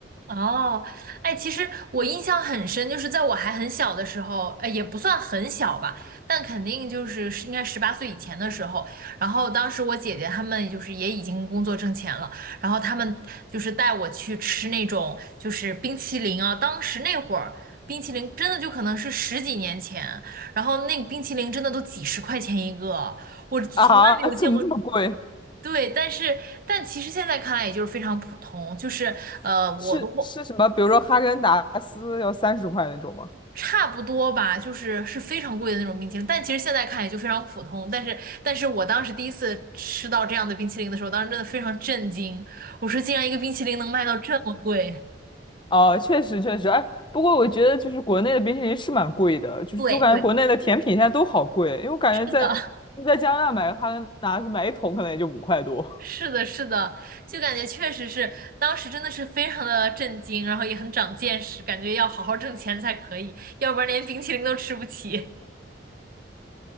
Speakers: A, on the right; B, on the left.
A: 哦，哎，其实我印象很深，就是在我还很小的时候，呃，也不算很小吧，但肯定就是是应该十八岁以前的时候。然后当时我姐姐她们就是也已经工作挣钱了，然后她们就是带我去吃那种就是冰淇淋啊。当时那会儿冰淇淋真的就可能是十几年前，然后那个冰淇淋真的都几十块钱一个，
B: <laughs>
A: 我从来没有见过。
B: 啊，怎么这么贵？
A: 对，但是但其实现在看来，也就是非常普通，就是呃，
B: 是是什么？
A: 我都忘
B: 比如说哈根达斯要三十块那种吗？
A: 差不多吧，就是是非常贵的那种冰淇淋，但其实现在看也就非常普通。但是，但是我当时第一次吃到这样的冰淇淋的时候，当时真的非常震惊。我说，竟然一个冰淇淋能卖到这么贵！
B: 哦，确实确实，哎，不过我觉得就是国内的冰淇淋是蛮贵的，就是我感觉国内的甜品现在都好贵，
A: 对对，
B: 因为我感觉在
A: 是的，
B: 在加拿大买个哈根达斯买一桶可能也就五块多。
A: <laughs> 是的，是的，就感觉确实是，当时真的是非常的震惊，然后也很长见识，感觉要好好挣钱才可以，要不然连冰淇淋都吃不起，